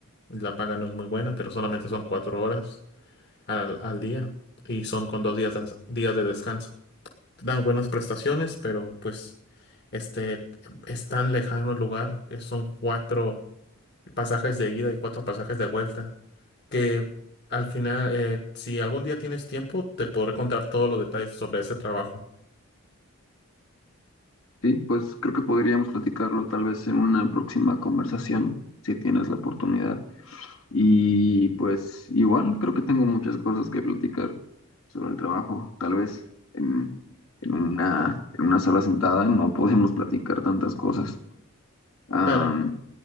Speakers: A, on the left; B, on the left.
A: la paga no es muy buena, pero solamente son cuatro horas. al, al día y son con dos días, de- días de descanso. Dan buenas prestaciones, pero pues este es tan lejano el lugar, eh, son cuatro pasajes de ida y cuatro pasajes de vuelta, que al final, eh, si algún día tienes tiempo, te podré contar todos los detalles sobre ese trabajo.
B: Sí, pues creo que podríamos platicarlo tal vez en una próxima conversación, si tienes la oportunidad. Y pues igual creo que tengo muchas cosas que platicar sobre el trabajo. Tal vez en, en una, en una sola sentada no podemos platicar tantas cosas. Am,
A: Dale,